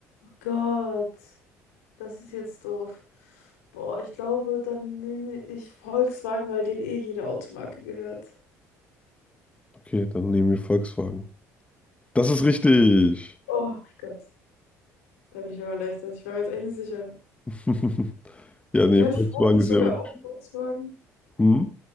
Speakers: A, on the left; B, on the left.
A: Gott. Das ist jetzt doof. Boah, ich glaube, dann nehme ich Volkswagen, weil denen eh jede Automarke gehört.
B: Okay, dann nehmen wir Volkswagen. Das ist richtig.
A: Oh mein Gott, da bin ich aber erleichtert. Ich war mir jetzt echt nicht sicher.
B: <laughs> Ja,
A: Gehört
B: nee, Volkswagen
A: Ford nicht
B: ist
A: sogar
B: ja wirklich.
A: auch Volkswagen?
B: Hm?